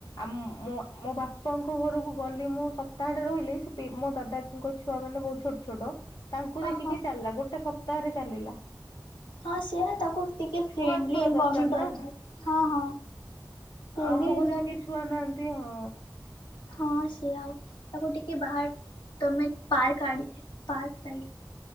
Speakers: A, on the left; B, on the left.
A: ଆଁ ମୋ ମୋ ବା ପାଙ୍କ ଘରକୁ ଗଲି ମୁଁ ସପ୍ତାହଟେ ରହିଲି ସେ ମୋ ଦାଦାଙ୍କ ଛୁଆ ମାନେ ବହୁତ ଛୋଟ ଛୋଟ ତାଙ୍କୁ
B: ହଁ
A: ଦେଖିକି
B: ହଁ
A: ଚାଲିଲା ଗୋଟେ ସପ୍ତାହରେ ଚାଲିଲା।
B: ହଁ ସେ ନା ତାକୁ ଟିକେ ଫ୍ରେଣ୍ଡଲି
A: ଛୁଆ ଛୁଆ
B: ଇନଭାରମେଣ୍ଟ ଦରକାର
A: ନା
B: ହଁ ହଁ। ଫ୍ରେଣ୍ଡଲି
A: ଆମ ଘରେ
B: ଇନଭରମେଣ୍ଟ
A: ବି କିହି ଛୁଆ ନାହାନ୍ତି ହଁ।
B: ହଁ ସେ ଆଉ ତାକୁ ଟିକେ ବାହର ତମେ ପାର୍କ ଆଡି ପାର୍କ ଟାଇ